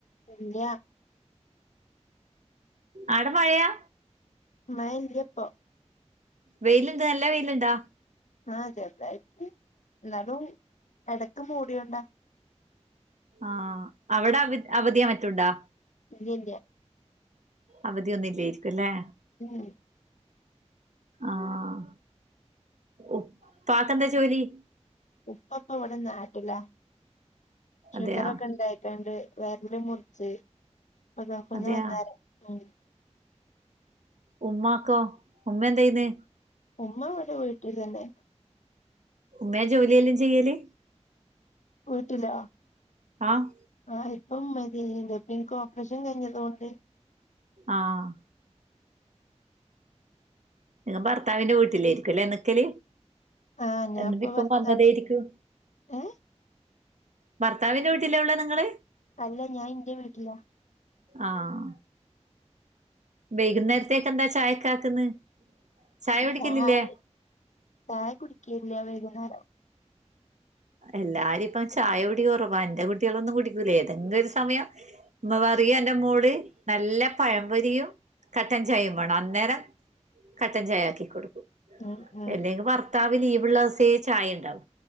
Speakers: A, on the left (about 85°); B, on the right (about 80°).
A: ഇല്ല്യാ.
B: അവട മഴയാ?
A: മയല്ല്യ ഇപ്പൊ.
B: വെയ്ല്ണ്ട് നല്ല വെയ്ല്ണ്ടാ?
A: ആഹ് ചെർതായിട്ട് എന്നാലും എടക്ക് മൂടിയൊണ്ടാ.
B: ആഹ് അവടെ അവ അവധിയാ മറ്റുണ്ടാ?
A: ഇല്ല്യ ഇല്ല്യ.
B: അവധിയൊന്നും ഇല്ലേര്ക്കുംല്ലേ.
A: ഉം.
B: ആഹ് ഉപ്പാക്കെന്താ ജോലി?
A: ഉപ്പപ്പ ഇവടെ നാട്ടിലാ ഷുഗറൊക്കെ
B: അതെയാ
A: ഇണ്ടായി രണ്ടു വര്ല് മുർച്ച് പ്പ ഗൾഫ്ന്ന്
B: അതെയാ
A: വന്നാരം ഉം.
B: ഉമ്മാക്കോ ഉമ്മ എന്തയ്യുന്നേ?
A: ഉമ്മവടെ വീട്ടിലന്നെ.
B: ഉമ്മേ ജോലിയെല്ലാം ചെയ്യല്?
A: വ്ട്ടിലോ.
B: ആഹ്
A: ആഹ് ഇപ്പം മ്മേ <unintelligible> പ്പഇൻക്ക് ഓപ്പറേഷം കയ്ഞ്ഞതൊണ്ട്
B: ആഹ്. ഞാ ഭർത്താവിന്റെ വ്ട്ട്ലേര്ക്കുംലെ ന്ക്കല്
A: ആഹ് ഞാൻപ്പ
B: എന്നിട്ട് ഇപ്പൊ
A: ഭർത്താവ്
B: വന്നതേര്ക്കും.
A: ഏഹ്
B: ഭർത്താവിന്റെ വ്ട്ടിലാ ഉള്ളെ നിങ്ങള്?
A: അല്ല ഞാ ഇന്റെ വ്ട്ടിലാ.
B: ആഹ്. വൈകുന്നേര്ത്തേക്കന്താ ചായക്കാക്ക്ന്ന്? ചായ കുടിക്കലില്ലേ
A: ചായി ചായ കുടിക്കലില്ലാ വൈകുന്നേരം.
B: എല്ലാരു ഇപ്പം ചായ കുടി കൊറവാ എന്റെ കുട്ട്യാളൊന്നും കുടിക്കൂലേ ഏതെങ്ക് ഒര് സമയം ഉമ്മ പറയും എന്റെ മോള് നല്ല പഴം പൊരിയും കട്ടൻ ചായേം മാണം അന്നേരം കട്ടൻ ചായ ആക്കി കൊട്ക്കും.
A: ഉം ഉം
B: എല്ലെങ്കി ഭർത്താവ് ലീവ്ള്ളൊസേ ചായണ്ടാവു.